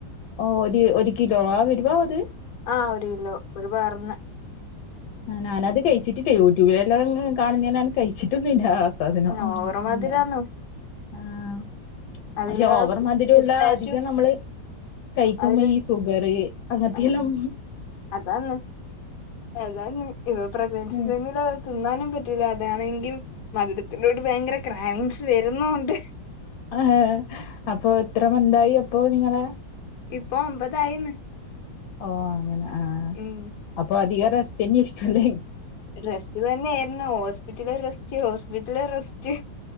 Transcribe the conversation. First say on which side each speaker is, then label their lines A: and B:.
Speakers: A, on the left (about 85°); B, on the left (about 55°).
A: ഓ ഒരു ഒരു കിലോ ആ വരുവാത്
B: ആഹ് ഒരു കിലോ ഒരു പാറന്ന്
A: ആ ഞാനത് കഴിച്ചിട്ടില്ല യൂട്യൂബിലെല്ലാം കാണുന്നതിനാണ് കഴിച്ചിട്ടൊന്നുംഇല്ല സാധനം ഉം
B: ഓവർ
A: ഉം
B: മധുരാന്നു
A: ആഹ്
B: അതില്
A: പക്ഷെ ഓവർ
B: ആ
A: മധുരുള്ള
B: പിസ്താച്ചു
A: അധികം നമ്മള് കൈക്കുമ്പ
B: അതില്
A: ഈ സുഗറ് അങ്ങനത്തെ
B: അത്
A: എല്ലാം
B: അതാന്ന് ഏതാ ന്ന് ഇവപ്രഗ്നൻസി
A: ഉം
B: സൈമ് ല് തിന്നാനും പറ്റൂല്ല അതാണെങ്കി മ തുരത്തിനോട് ഭയങ്കര ക്രാവിങ്സ് വരുന്നുണ്ട്
A: ആ അപ്പൊ എത്ര മന്തായി അപ്പോ നിങ്ങളെ
B: ഇപ്പൊ ഒമ്പതായിന്ന്
A: ഓ അങ്ങനെ ആഹ്
B: ഉം
A: അപ്പൊ അധികം റസ്റ്റ്‌ന്നെരിക്കും ല്ലേ
B: റെസ്റ്റ് തന്നെ ഏരുന്നു ഹോസ്പിറ്റല് റസ്റ്റ് ഹോസ്പിറ്റല് റെസ്റ്റ്